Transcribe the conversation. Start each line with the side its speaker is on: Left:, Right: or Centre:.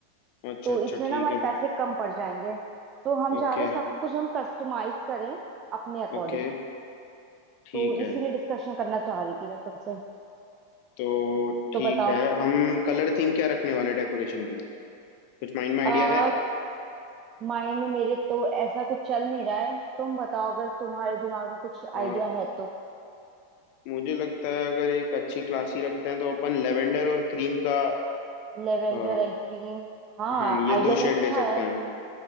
Left: अच्छा
Right: तो
Left: अच्छा
Right: इसमें
Left: ठीक
Right: ना हमारे
Left: है
Right: पैसे कम पड़ जाएंगे तो हम चाह
Left: ओके
Right: रहे हैं सब कुछ हम कस्टमाइज करें अपने अकॉर्डिंग
Left: ओके ठीक
Right: तो
Left: है
Right: इसीलिए डिस्कशन करना चाह रही थी मैं तुमसे
Left: तो ठीक
Right: तो बताओ
Left: है हम कलर थीम क्या रखने वाले हैं डेकोरेशन की कुछ माइंड में आइडिया
Right: आ,
Left: है
Right: माइंड में मेरे तो ऐसा कुछ चल नहीं रहा है तुम बताओ अगर तुम्हारे दिमाग में कुछ
Left: अ,
Right: आइडिया है तो
Left: मुझे लगता है अगर एक अच्छी क्लासी रखते हैं तो अपन लेवेंडर और क्रीम का
Right: Lavender
Left: अ,
Right: and cream हाँ
Left: हम्म ये
Right: आइडिया
Left: दो
Right: तो
Left: शेड
Right: अच्छा
Left: ले सकते
Right: है
Left: हैं